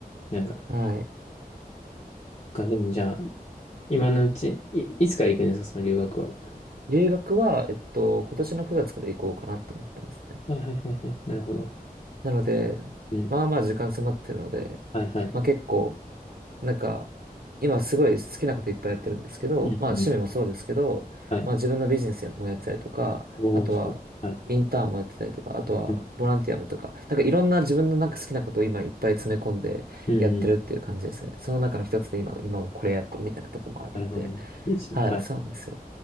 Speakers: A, on the left; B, on the right.
A: なんか、
B: はい。
A: そっか、でもじゃあ、今のうち、い、いつから行くんですか、その留学は。
B: 留学は、えっと、今年の9月から行こうかなと思ってますね。
A: はいはいはいはい。なるほど。
B: なので、
A: うん。
B: まあまあ時間迫ってるので、
A: はいはい。
B: まあ結構、なんか、今すごい好きなこといっぱいやってるんですけど、
A: うん、
B: まあ趣味もそうですけど、
A: うん。はい。
B: まあ自分のビジネスもやってたりとか、
A: おー、
B: あとはインターンもやってたりとか、
A: すごい。はい。
B: あとはボランティアもとか、
A: うん、
B: なんかいろんな自分のなんか好きなことを今いっぱい詰め込んでやってるっていう感じですね。
A: うん、うん。
B: その中の一つで今、今もこれやってるみたいなとこもあるんで、
A: なるほど。いいですね。
B: はい、
A: はい。
B: そうなんですよ。